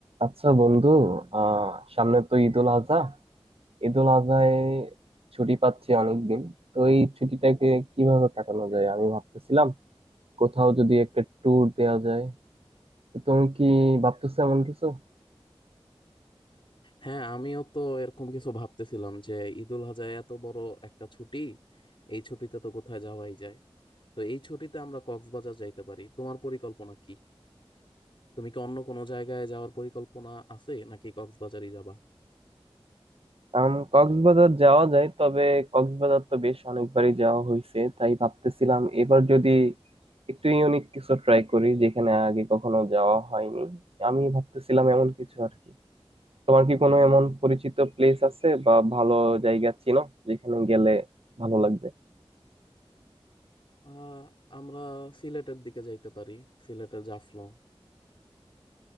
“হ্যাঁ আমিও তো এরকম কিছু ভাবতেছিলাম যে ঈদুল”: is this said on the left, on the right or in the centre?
Left